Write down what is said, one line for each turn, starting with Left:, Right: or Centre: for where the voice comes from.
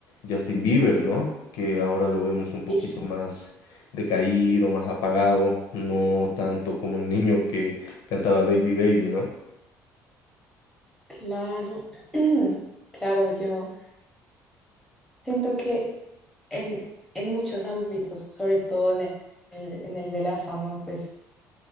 Left: Justin Bieber, ¿no? Que ahora lo vemos un poquito
Centre: Sí,
Left: más decaído, más apagado, no tanto como el niño que cantaba Baby Baby, ¿no?
Centre: claro, <clears throat> claro, yo siento que en, en muchos ámbitos, sobre todo en el, en el de la fama, pues